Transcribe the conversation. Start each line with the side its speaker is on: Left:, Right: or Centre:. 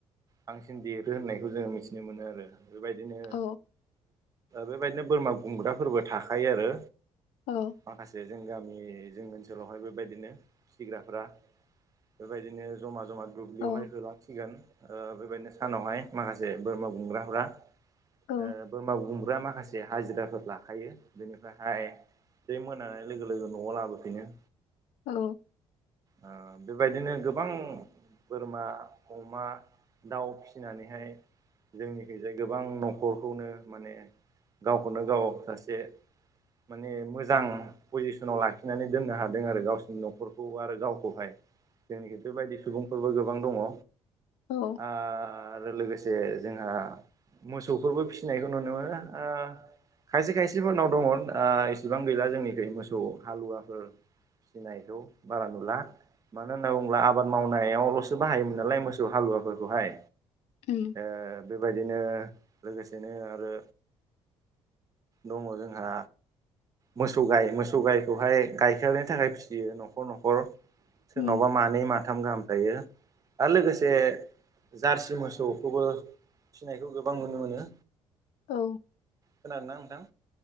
Right: बांसिन देरो होननायखौ जोङो मिथिनो मोनो आरो। बेबायदिनो
Left: औ
Right: बेबायदिनो बोरमा गुमग्राफोरबो थाखायो आरो।
Left: औ।
Right: माखासे जों गामि जों ओनसोलावहाय बेबायदिनो फिसिग्राफ्रा। बेबायदिनो जमा जमा दुब्लियावहाय
Left: औ
Right: होलांसिगोन ओ बेबायदिनो सानावहाय माखासे बोरमा गुमग्राफोरा।
Left: औ
Right: ओ बोरमा गुमग्रा माखासे हाजिराफोर लाखायो। बेनिफ्रायहाय जै मोनानाय लोगो लोगो न'आव लाबोफिनो।
Left: औ।
Right: ओ बेबायदिनो गोबां बोरमा अमा दाउ फिसिनानैहाय जोंनिखैजाय गोबां न'खरखौनो माने गावखौनो गाव सासे माने मोजां पजिसनाव लाखिनानै दोननो हादों आरो गावसिनि न'खरखौ आरो गावखौहाय। जोंनि खैथ' बायदि सुबुंफोरबो गोबां दङ।
Left: औ।
Right: आरो लोगोसे जोंहा मोसौफोरबो फिसिनायखौ नुनो मोनो ओ खायसे खायसेफोरनाव दङ ओ इसिबां गैला जोंनिखै मोसौ हालुवाफोर। फिनायखौ बारा नुला। मानो होनना बुङोब्ला आबाद मावनायावल'सो बाहायोमोन नालाय मोसौ हालुवाफोरखौहाय।
Left: उम
Right: ओ बेबायदिनो लोगोसेनो आरो दङ जों हा मोसौ गाय मोसौ गायखौहाय गायखेरनि थाखाय फिसियो न'खर न'खर सोरनावबा
Left: उम
Right: मा नै माथाम गाहाम थायो आरो लोगोसे जारसि मोसौखौबो फिनायखौ गोबां नुनो मोनो।
Left: औ।
Right: खोनादों ना नोंथां?